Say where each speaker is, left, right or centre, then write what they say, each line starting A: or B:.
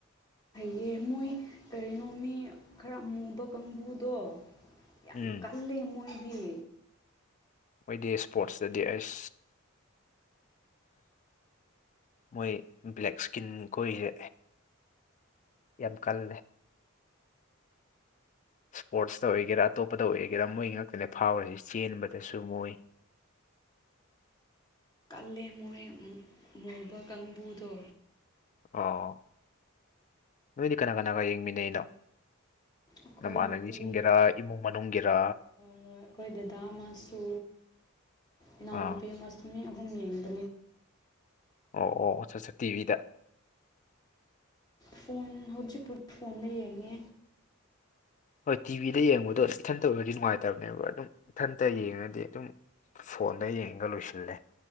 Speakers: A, on the left; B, on the left.
A: ꯍꯩꯌꯦ ꯃꯣꯏ ꯀꯔꯤꯅꯣ ꯃꯤ ꯈꯔ ꯑꯃꯨꯕ ꯀꯥꯡꯕꯨꯗꯣ ꯌꯥꯝ
B: ꯎꯝ
A: ꯀꯪꯂꯦ ꯃꯣꯏꯗꯤ
B: ꯃꯣꯏꯗꯤ ꯏꯁꯄꯣꯔꯠꯁꯇꯗꯤ ꯑꯁ ꯃꯣꯏ ꯕ꯭ꯂꯦꯛ ꯏꯁꯀꯤꯟ ꯀꯣꯏꯁꯦ ꯌꯥꯝ ꯀꯜꯂꯦ ꯏꯁꯄꯣꯔꯠꯁꯇ ꯑꯣꯏꯒꯦꯔꯥ ꯑꯇꯣꯞꯄꯗ ꯑꯣꯏꯒꯦꯔꯥ ꯃꯣꯏ ꯉꯥꯛꯇꯅꯦ ꯐꯥꯎꯔꯤꯁꯤ ꯆꯦꯟꯕꯗꯁꯨ ꯃꯣꯏ
A: ꯀꯜꯂꯦ ꯃꯣꯏ ꯃꯨꯕ ꯀꯥꯡꯕꯨꯗꯣ
B: ꯑꯣ ꯅꯣꯏꯗꯤ ꯀꯅꯥ ꯀꯅꯥꯒ ꯌꯦꯡꯃꯤꯟꯅꯩꯅꯣ
A: <unintelligible> ꯑꯩꯈꯣꯏꯗꯤ
B: ꯅꯃꯥꯟꯅꯕꯤꯁꯤꯡꯒꯤꯔ ꯏꯃꯨꯡ ꯃꯅꯨꯡꯒꯤꯔ
A: ꯍꯣꯏ ꯍꯣꯏ ꯑꯩꯈꯣꯏ ꯗꯗꯥ ꯑꯃꯁꯨ ꯏꯅꯥꯎꯅꯨꯄꯤ
B: ꯑꯥ
A: ꯑꯃꯁꯨ ꯃꯤ ꯑꯍꯨꯝ ꯌꯦꯡꯕꯅꯤ
B: ꯑꯣ ꯑꯣ ꯑꯆꯥ ꯑꯆꯥ ꯇꯤꯚꯤꯗ
A: ꯐꯣꯟ ꯍꯧꯖꯤꯛ ꯄꯨ ꯐꯣꯟꯗ ꯌꯦꯡꯉꯦ꯫
B: ꯍꯣꯏ ꯇꯤꯚꯤꯗ ꯌꯦꯡꯕꯗꯣ ꯏꯊꯟꯇ ꯑꯣꯏꯔꯗꯤ ꯅꯨꯡꯉꯥꯏꯇꯕꯅꯦꯕ ꯑꯗꯨꯝ ꯏꯊꯟꯇ ꯌꯦꯡꯉꯗꯤ ꯑꯗꯨꯝ ꯐꯣꯟꯗ ꯌꯦꯡꯉꯒ ꯂꯣꯏꯁꯤꯜꯂꯦ